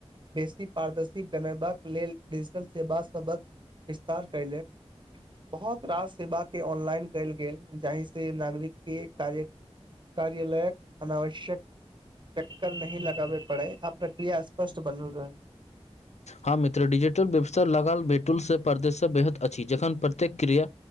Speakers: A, on the right (about 45°); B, on the left (about 80°).
A: बेसी पारदर्शी बनेबाक लेल डिजिटल सेवा सभक विस्तार कयले बहुत रास सेवा के ऑनलाइन कयल गेल जहि से नागरिक के कार्य कार्यालयक अनावश्यक चक्कर नहि लगाबय पड़य आ प्रक्रिया स्पष्ट बनल रहय
B: हँ मित्र डिजिटल व्यवस्था लगाल वेटुलसँ परदेशसँ बेहद अछि जखन प्रत्येक क्रिया